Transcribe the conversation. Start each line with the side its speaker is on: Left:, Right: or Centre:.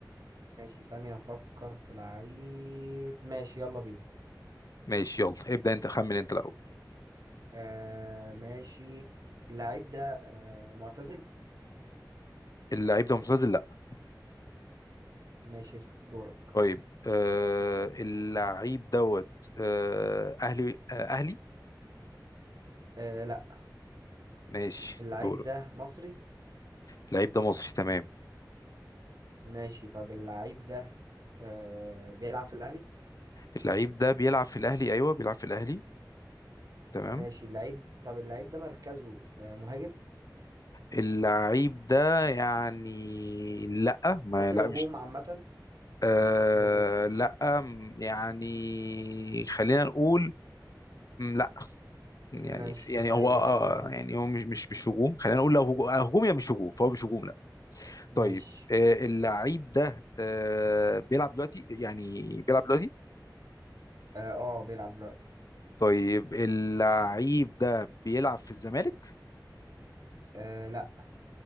Right: ماشي ثانية افكر في لعيب ماشي يلا بينا
Left: ماشي يلا ابدا انت خمن انت الاول
Right: آه ماشي اللعيب ده آه معتزل
Left: اللعيب ده معتزل لا
Right: ماشي اسأل دورك
Left: طيب آه اللعيب دوت آه اهلي آه اهلي
Right: آه لا
Left: ماشي
Right: اللعيب
Left: دور
Right: ده مصري
Left: اللعيب ده مصري تمام
Right: ماشي طب اللعيب ده آه بيلعب في الأهلي
Left: اللعيب ده بيلعب في الاهلي ايوه بيلعب في الاهلي تمام
Right: ماشي اللعيب طب اللعيب ده مركزه آه مهاجم
Left: اللعيب ده يعني لا ما
Right: خط
Left: لا
Right: الهجوم
Left: مش
Right: عامة
Left: آه
Right: يعني خط الهجوم
Left: لا م- يعني خلينا نقول م، لا يعني
Right: ماشي
Left: يعني
Right: طيب
Left: هو آه
Right: اسألني أنت
Left: يعني هو مش مش مش هجوم خلينا نقول لو هجوم آه، هجوم يا مش هجوم فهو مش هجوم لا
Right: ماشي
Left: طيب آه، اللعيب ده آه، بيلعب دلوقتي يعني بيلعب دلوقتي
Right: اه آه، بيلعب دلوقتي
Left: طيب اللعيب ده بيلعب في الزمالك
Right: آه لا